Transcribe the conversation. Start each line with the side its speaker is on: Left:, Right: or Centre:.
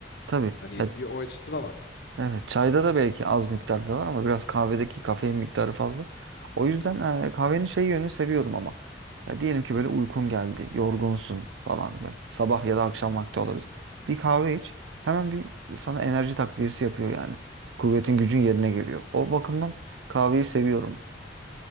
Right: Tabii.
Left: Hani
Right: Ya
Left: bir o açısı da var.
Right: Evet, çayda da belki az miktarda var ama biraz kahvedeki kafein miktarı fazla. O yüzden e, kahvenin şey yönünü seviyorum ama. Ya diyelim ki böyle uykun geldi, yorgunsun falan böyle. Sabah ya da akşam vakti olabilir. Bir kahve iç, hemen bir sana enerji takviyesi yapıyor yani. Kuvvetin gücün yerine geliyor. O bakımdan kahveyi seviyorum.